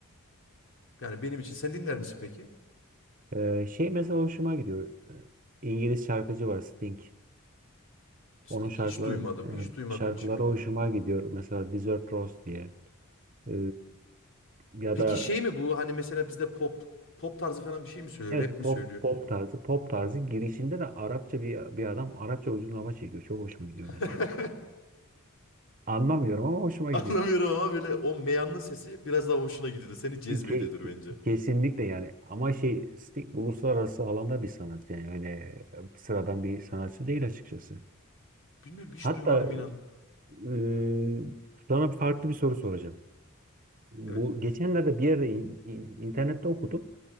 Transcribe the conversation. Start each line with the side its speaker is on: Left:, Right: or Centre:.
Left: Yani benim için. Sen dinler misin peki?
Right: Ee, şey mesela hoşuma gidiyor. Ee, İngiliz şarkıcı var Sting.
Left: İşte
Right: Onun şarkıları
Left: Hiç duymadım.
Right: yani
Left: Hiç duymadığım
Right: şarkıları
Left: için bilmiyorum.
Right: hoşuma gidiyor. Mesela Desert Rose diye. Ee, ya
Left: Peki
Right: da
Left: şey mi bu? Hani mesela bizde pop pop tarzı falan bir şey mi söylüyor?
Right: evet
Left: Rap mi
Right: pop
Left: söylüyor?
Right: pop tarzı pop tarzı girişinde de Arapça bir bir adam Arapça uzun hava çekiyor. Çok hoşuma gidiyor
Left: <laughs>
Right: mesela. Anlamıyorum ama hoşuma
Left: <laughs> Anlamıyorum
Right: gidiyor.
Left: ama böyle o meyanlı sesi biraz daha hoşuna gidiyordu. Seni cezbediyordur
Right: Ke- ke-
Left: bence.
Right: Kesinlikle yani ama şey Sting uluslararası alanda bir sanatçı yani öyle e, sıradan bir sanatçı değil açıkçası.
Left: Bilmiyorum hiç
Right: Hatta
Left: duymadım inan.
Right: e, sana farklı bir soru soracağım. Bu
Left: Evet.
Right: geçenlerde bir yerde in- in- internette okudum.